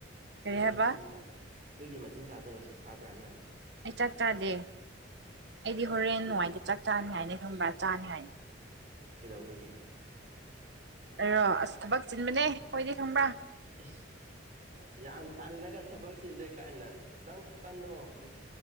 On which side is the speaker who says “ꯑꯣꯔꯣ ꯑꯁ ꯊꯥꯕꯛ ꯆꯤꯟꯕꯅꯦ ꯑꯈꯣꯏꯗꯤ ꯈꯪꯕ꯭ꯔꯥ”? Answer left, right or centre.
Right